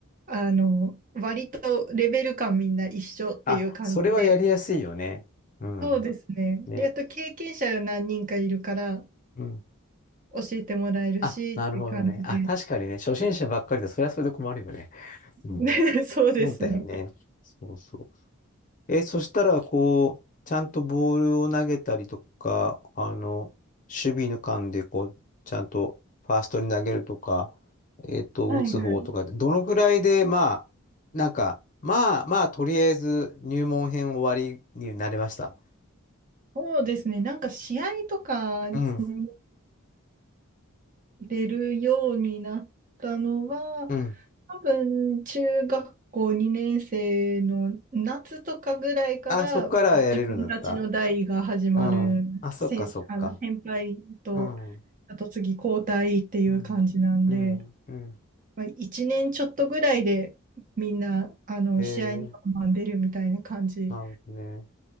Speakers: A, on the right; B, on the left.
A: あのー割とレベル感みんな一緒っていう感じで、
B: あ、それはやりやすいよね。うん。
A: そうですね。
B: ね。
A: で、あと経験者が何人かいるから
B: うん。
A: 教えてもらえるしっていう感じで、
B: あ、なるほどね。あ、確かにね、初心者ばっかりで、それはそれで困るよね。
A: <laughs>
B: うん。
A: ね、そうですね。
B: そうだよね。そうそう。え、そしたら、こう、ちゃんとボールを投げたりとか、あの、守備の間で、こう、ちゃんとファーストに投げるとか、えっと、
A: はいはい。
B: 打つ方とかって、どのくらいで、まあ、なんか、まあまあ、とりあえず入門編終わりになりました。
A: そうですね。なんか試合とかに
B: うん、
A: 出るようになったのは、
B: うん。
A: 多分中学校2年生の夏とかぐらいからもう自分たちの代が始まる先、
B: あ、そっからやれるんだったうん。あ、そっか、そっか。
A: あの先輩と
B: うん、う
A: あと次交代っていう感じなんで、
B: ん、うん、うん。
A: まあ、1年ちょっとぐらいでみんなあの試合にバンバン出るみたいな感じ
B: へえ、なるほどね。